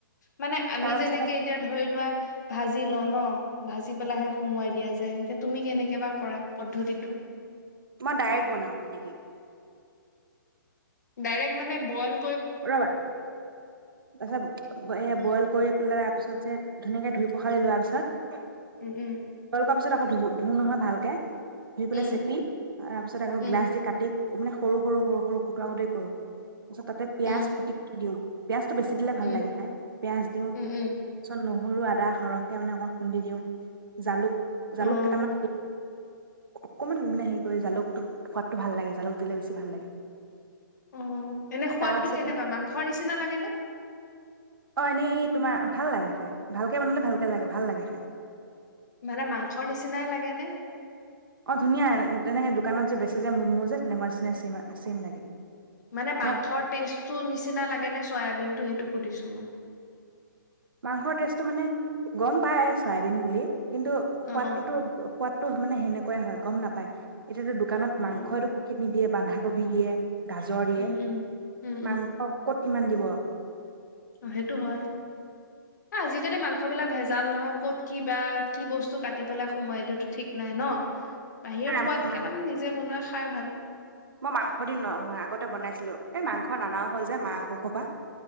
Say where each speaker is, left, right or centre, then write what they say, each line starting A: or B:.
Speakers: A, on the left; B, on the right.
A: মানে আমি
B: তাৰপিছতে
A: যেনেকে এতিয়া ধৰি লোৱা ভাজি ল ন ভাজি পেলাইহে সুমোৱাই দিয়া যায় যে তুমি কেনেকে বাা কৰা পদ্ধতি টো
B: মই ডাইৰেক্ট বনাওঁ পিটিকি
A: ডাইৰেক্ট মানে বল
B: ৰবা তাৰছত স বইল কৰি পেলাই তাৰপিছত যে ধুনীয়াকে ধুই পখালি লোৱা পিছত
A: উম উম
B: বইল পিছত আকৌ ধু ধু নহয় ভালকে ধুই পেলাই
A: উম,
B: চেপি তাৰ পিছত আকৌ
A: উম,
B: গ্লাছ দি কাটি মানে সৰু সৰু সৰু সৰু কুট কুতেেই কৰো তাৰছত পিয়াজ
A: উম,
B: খুট খুট দিওঁ পিঁয়াজটো বেছি দিলে ভাল
A: উম,
B: লাগে খাই। পিঁয়াজ দিও,
A: উম,
B: তাৰপিছত
A: উম,
B: ন নহৰু, আদা সৰহকে মানে অকণমান খুন্দি দিওঁ জালুক।
A: অ',
B: জালুক কেইটামান। অকমান মানে হেৰি কৰি জালুকটোত সোৱাদটো ভাল লাগে, জালুক দিলে বেছি ভাল লাগে।
A: ও' এনে সোৱাদটো
B: তাৰপিছতে
A: কেনেকুৱা, মাংসৰ নিচিনা লাগে নে।
B: অ' এনেই তোমাৰ ভাল লাগে খাই, ভালকে বনালে ভালকে লাগে ভাল লাগে খাই।
A: মানে মাংসৰ নিচিনাই লাগেনে।
B: অ' ধুনীয়া, তেনেকে দোকানত যে বেচে যে ম'মো যে তেনেকুৱা নিচিনা চেম চেম লাগে।
A: মানে মাংসৰ
B: মই
A: টেষ্টটো নিচিনা লাগে নে চয়াবিন। টো সেইটো সুধিছো মই।
B: মাংসৰ টেষ্টটো মানে, গম পায় চয়াবিন বুলি। কিন্তু
A: অ
B: সোৱাদটোতো
A: অ
B: সোৱাদতটো মানে সেনেকা কয় হয়, গম নাপায়। এতিয়াতো দো দোকানত মাংসটো
A: অ
B: কুকি নিদিয়ে বানধা কবি দিয়ে, গাজৰ দিয়ে,
A: উম উম উম
B: মাংস ক'ত ইমান দিব
A: অ'সেইটো হয়। আজিকালি মাংস বিলাক ভেজাল নহয়, ক'ত কি বা কি বস্তু কাটি পেলাই সোমোৱাই দিওঁতো ঠিক নাই ন বাহিৰৰ
B: নাই
A: সোৱাদকে
B: মই মাং
A: মানে নিজে বনোৱাই খা খাই ভাল পাই
B: মই মাংস দিন ন আগতে বনাইছিলো এই মাংস নানাও হল যে মা অসু‌স হোৱা পা।